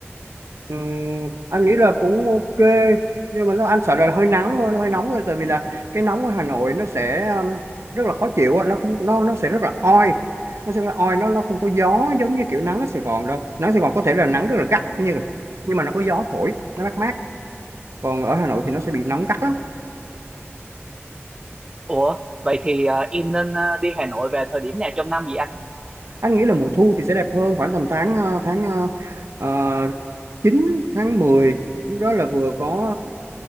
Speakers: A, on the right; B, on the right.
A: Ừm, anh nghĩ là cũng ok nhưng mà nó anh sợ là hơi nắng thôi nó hơi nóng thôi tại vì là cái nóng của Hà Nội nó sẽ um, rất là khó chịu á, nó không nó nó sẽ rất là oi nó sẽ là oi nó nó không có gió giống như kiểu nắng ở Sài Gòn đâu nắng Sài Gòn có thể là nắng rất là gắt nhưng mà nhưng mà nó có gió thổi nó mát mát còn ở Hà Nội thì nó sẽ bị nóng gắt lắm
B: Ủa, vậy thì ờ, em nên ờ, đi Hà Nội về thời điểm nào trong năm vậy anh?
A: anh nghĩ là mùa thu thì sẽ đẹp hơn khoảng tầm tháng ờ, tháng ờ, ờ, 9 tháng mười lúc đó là vừa có